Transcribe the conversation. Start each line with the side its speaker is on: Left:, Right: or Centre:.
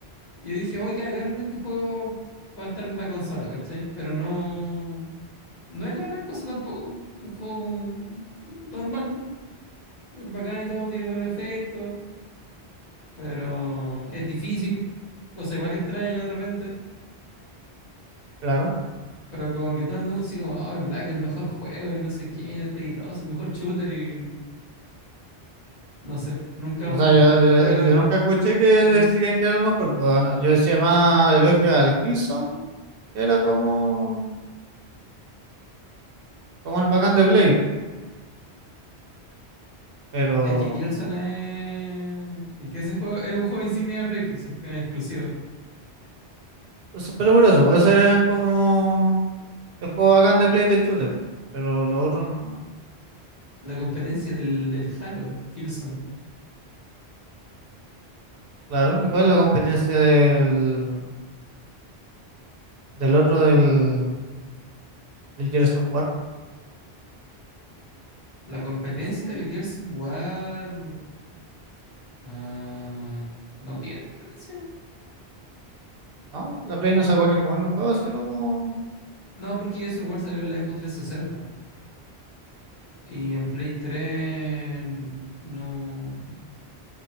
Left: yo dije, oye, acá en este juego va a estar en la consola, ¿cachai? Pero no, no es la gran cosa tampoco. Un juego como normal, es bacán y todo, tiene buenos efectos, pero es difícil, cosa igual extraña de repente.
Right: Claro.
Left: Pero como que todo el mundo así como, oh, Black, el mejor juego y no sé qué, de Play 2, el mejor shooter y no sé, nunca
Right: O
Left: vo-
Right: sea, yo,
Left: eh, voy a
Right: yo- yo nunca escuché que decían
Left: lograr
Right: que era el mejor. Pues, yo decía más elogio al Killzone, que era como, como el bacán de Play. Pero,
Left: Es que Killzone es. es que ese juego es un juego insignia de Play, pues es que es exclusivo.
Right: eso- pero por eso, pues, ese era como el juego bacán de Play de shooter. Pero lo otro no.
Left: La competencia del, del Halo, Killzone.
Right: Claro, igual la competencia del, del otro del. el Gears of War.
Left: La competencia del Gears of War. ah, no tiene competencia.
Right: No, la Play no sacó ningún juego así como.
Left: No, porque Gears of War salió en la Xbox trescientos sesenta Y en Play 3 no,